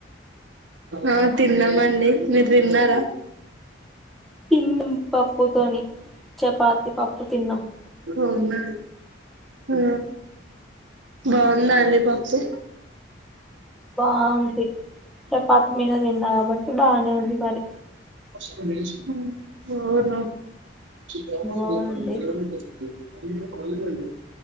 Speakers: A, on the right; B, in the centre.
A: ఆ తిన్నామండి మీర్ తిన్నారా
B: తిన్నాం పప్పుతోని చపాతి పప్పు తిన్నాం.
A: అవునా ఆ బాగుందా అండి పప్పు
B: బాగుంది చపాతీ మీద తిన్నా కాబట్టి బానే ఉంది మరి
A: కసుకు ఊను <unintelligible>
B: అవునండి
A: అళ్ళ అండి